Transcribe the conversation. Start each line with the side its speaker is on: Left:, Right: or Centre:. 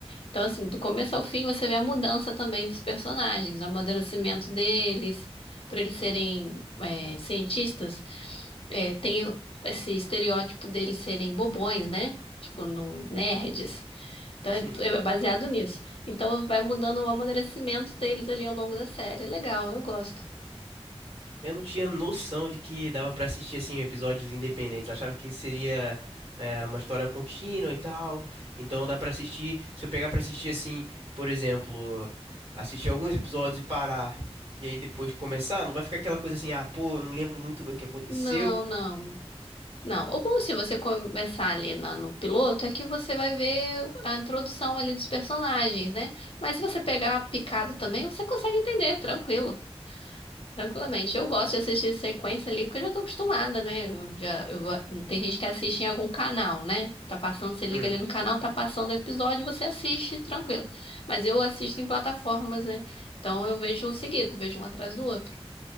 Left: Então, assim, do começo ao fim, você vê a mudança também dos personagens, o amadurecimento deles, por eles serem é, cientistas, é, tem esse estereótipo deles serem bobões, né? Tipo, no, nerds. Então,
Right: Sim,
Left: é, é baseado nisso. Então, vai mudando o amadurecimento deles ali ao longo da série. É legal, eu gosto.
Right: eu não tinha noção de que dava pra assistir assim episódios independentes, eu achava que seria é, uma história contínua e tal, então dá pra assistir, se eu pegar pra assistir assim, por exemplo, assistir alguns episódios e parar, e aí depois começar, não vai ficar aquela coisa assim, ah, pô, eu não lembro muito bem o que aconteceu.
Left: Não, não. Não, o bom se você começar ali na- no piloto é que você vai ver a introdução ali dos personagens, né? Mas se você pegar picado também, você consegue entender, tranquilo, tranquilamente. Eu gosto de assistir sequência ali porque eu já tô acostumada, né? Eu já, eu vou- tem gente que assiste em algum canal, né? Tá passando, você liga
Right: Hum.
Left: ali no canal, tá passando o episódio, você assiste, tranquilo. Mas eu assisto em plataformas, né? Então eu vejo seguido, vejo um atrás do outro.